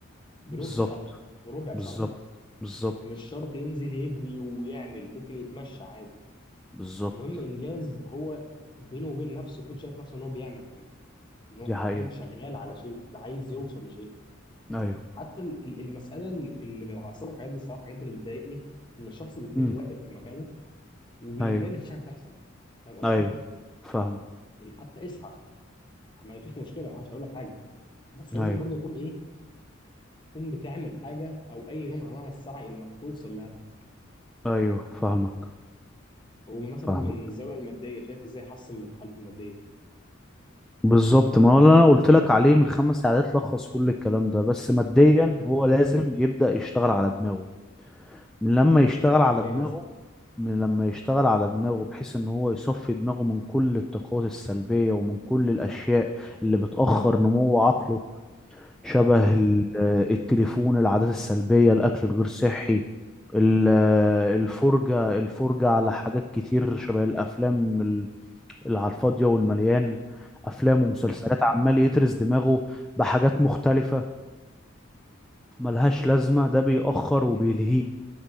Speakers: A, on the left; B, in the centre.
A: بنص
B: بالظبط
A: صفحة بربع
B: بالظبط
A: صفحة
B: بالظبط
A: مش شرط ينزل يجري ويعمل ممكن يتمشى عادي
B: بالظبط
A: المهم انجاز هو بينه وبين نفسه يكون شايف نفسه ان هو بيعمل حاجه ان هو
B: دي
A: حرفيا
B: حقيقة
A: شغال على شيء عايز يوصل لشيء
B: ايوه
A: حتى ال- ال- المساله اللي بتعصبني في الحاجات دي الصراحه الحاجات اللي بتضايقني ان الشخص بيكون
B: امم
A: واقف في مكانه وبيتضايق
B: ايوه
A: إن مفيش حاجه بتحصل فاهم قصدي
B: ايوه فاهمك
A: يعني حتى اسحف ما فيش مشكله ما حدش هيقول لك حاجه بس لازم
B: ايوه
A: برضه يكون ايه تكون بتعمل حاجه او اي نوع من انواع السعي انك توصل لهدفك
B: ايوه فاهمك
A: هو مثلا
B: فاهمك
A: من الزاويه الماديه شايف ازاي يحسن من حالته الماديه
B: بالظبط ما هو اللي انا قلت لك عليه من خمس ساعات لخص كل الكلام ده بس ماديا
A: مم.
B: هو لازم يبدأ يشتغل على دماغه من لما يشتغل
A: ازاي
B: على دماغه
A: مثلا
B: من لما يشتغل على دماغه بحيث ان هو يصفي دماغه من كل الطاقات السلبية ومن كل الاشياء اللي بتأخر نمو عقله شبه
A: مم.
B: ال- آه، التليفون العادات السلبية الاكل الغير صحي ال- آه، الفرجة الفرجة على حاجات كتير شبه الافلام ال- اللي على الفاضية والمليان افلام
A: مم.
B: ومسلسلات عمال يترس دماغه بحاجات مختلفة ملهاش لازمة ده بيأخر وبيلهيه
A: مم.